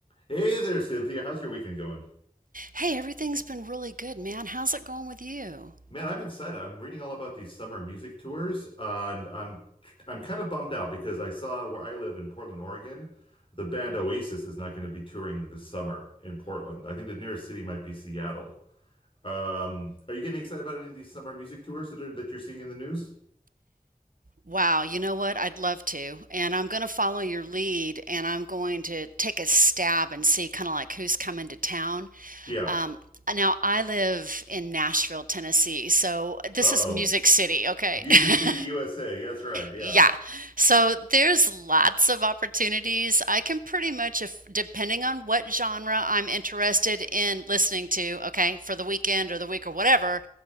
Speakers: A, on the left (about 35°); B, on the right (about 65°).
A: Hey there, Cynthia. How's your weekend going?
B: Hey, everything's been really good, man. How's it going with you?
A: Man, I'm excited. I'm reading all about these summer music tours, and I'm I'm kind of bummed out because I saw where I live in Portland, Oregon, the band Oasis is not going to be touring this summer in Portland. I think the nearest city might be Seattle. Um, are you getting excited about any of these summer music tours that are, that you're seeing in the news?
B: Wow, you know what? I'd love to. And I'm going to follow your lead and I'm going to take a stab and see kind of like who's coming to town.
A: Yeah.
B: Um, now, I live in Nashville, Tennessee, so this
A: Uh-oh.
B: is Music City, okay?
A: Music
B: <laughs>
A: City, USA. That's right. Yeah.
B: Yeah. So there's lots of opportunities. I can pretty much, if, depending on what genre I'm interested in listening to, okay, for the weekend or the week or whatever,